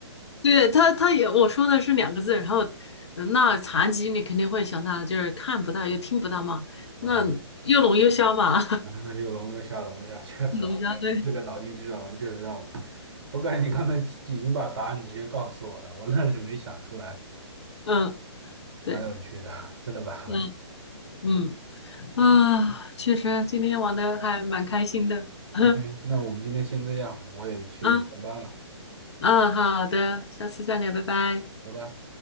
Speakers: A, on the left (about 70°); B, on the right (about 60°).
A: 对，他他也，我说的是两个字，然后呃那残疾你肯定会想到就是看不到又听不到嘛，
B: 啊，
A: 那又聋又瞎嘛，
B: <laughs> 啊又龙又虾龙虾，确实
A: <laughs> 龙虾，
B: OK，
A: 对，
B: 你这个脑筋急转弯确实让我，我感觉你刚才已经把答案直接告诉我了，我愣是没想出来，
A: 嗯，对，
B: 蛮有趣的，真的蛮有趣。
A: 嗯嗯啊，确实今天玩的还蛮开心的，<laughs>
B: OK，那我们今天先这样，我得去上班了，
A: 嗯啊，好的，下次再聊，拜拜。
B: 拜拜。